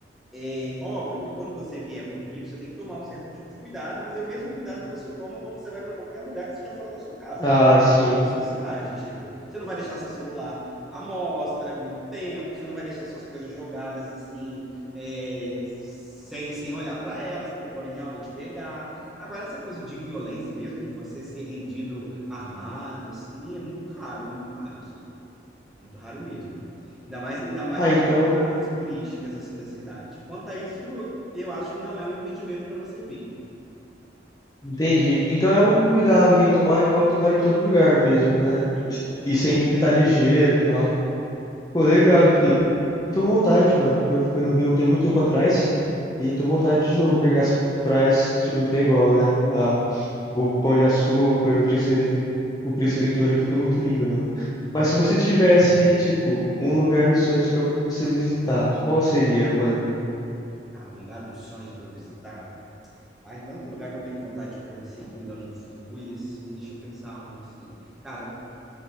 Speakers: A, in the centre; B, on the left.
A: É óbvio que quando você vier para o Rio, você tem que tomar um certo tipo de cuidado, mas é o mesmo cuidado que você toma quando você vai para qualquer lugar que seja fora da sua casa,
B: Ah, sim.
A: fora da sua cidade. Tipo, você não vai deixar seu celular à mostra muito tempo, você não vai deixar suas coisas jogadas assim, é, sem, sem olhar para elas, porque podem realmente pegar. Agora, essa coisa de violência mesmo, de você ser rendido armado, assim, é muito raro, é muito raro, assim. Muito raro mesmo. Ainda mais, ainda mais
B: Ah,
A: nas
B: então.
A: zonas turísticas assim da cidade. Quanto a isso, eu eu acho que não é um impedimento para você vir.
B: Entendi. Então é o cuidado que tem que tomar, igual tomar em todo lugar mesmo, né?
A: Isso.
B: E sempre tá ligeiro, e tal. Pô, legal. Eu eu tô com vontade, mano, porque eu fui no Rio tem muito tempo atrás e eu tô com vontade de novo, porque as praias, tipo, não tem igual, né? Ah, o Pão de Açúcar, o Cristo Reden- o Cristo Redentor é tudo muito lindo, mano. Mas
A: É,
B: se você tivesse, tipo, um lugar dos sonhos pra você visitar, qual seria, mano?
A: cara, um lugar dos sonhos para visitar. ah em tanto lugar que eu tenho vontade de conhecer que eu ainda não fui, assim, deixa eu pensar um assim. Cara,